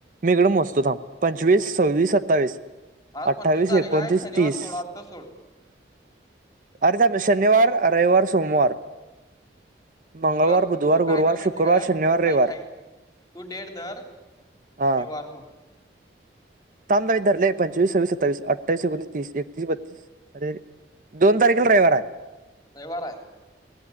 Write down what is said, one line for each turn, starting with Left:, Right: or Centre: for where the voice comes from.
Right: मी इकडून मोजतो थांब. पंचवीस,
Left: हा तू मग
Right: सव्वीस, सत्तावीस,
Left: आज
Right: अठ्ठावीस,
Left: पंचवीस तारीख
Right: एकोणतीस,
Left: आहे शनिवार
Right: तीस.
Left: सोड आत्ता सोड
Right: अरे थांब शनिवार, रविवार, सोमवार मंगळवार
Left: हे बघ
Right: बुधवार
Left: तू काय
Right: गुरुवार
Left: कर माहिती
Right: शुक्रवार
Left: आहे काय
Right: शनिवार रविवार
Left: ऐक ऐक तू डेड धर
Right: हा
Left: मी वार मोजतो.
Right: थांब बाय धरलेय पंचवीस, सव्वीस, सत्तावीस, अठ्ठावीस एकोणस, तीस, एकतीस, बत्तीस अरे अरे दोन तारखेला रविवार आहे.
Left: रविवार आहे